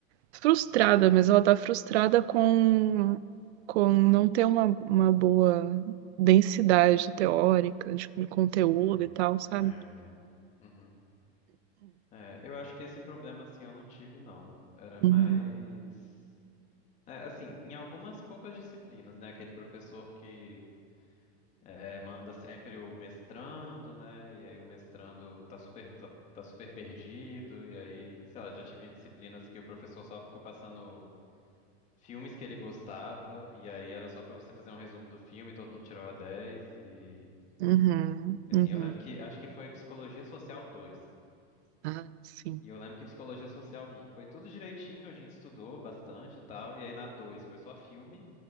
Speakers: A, on the right; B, on the left.
A: frustrada, mas ela tá frustrada com, com não ter uma, uma boa densidade teórica, tipo, de conteúdo
B: Uhum.
A: e tal, sabe?
B: É, eu entendo. Uhum. É, eu acho que esse problema, assim, eu não tive, não. Era
A: Uhum,
B: mais. É, assim, em algumas poucas disciplinas, né? Aquele professor que é, manda sempre o mestrando, né? E aí o mestrando tá super, tá, tá super perdido. E aí, sei lá, já tive disciplinas que o professor só ficou passando filmes que ele gostava. E aí era só pra você fazer um resumo do filme, todo mundo tirou a dez E,
A: uhum,
B: e assim,
A: uhum.
B: eu lembro que acho que foi Psicologia Social dois
A: Ah, sim.
B: E eu lembro que Psicologia Social um foi tudo direitinho, a gente estudou bastante e tal. E aí na 2 foi só filme.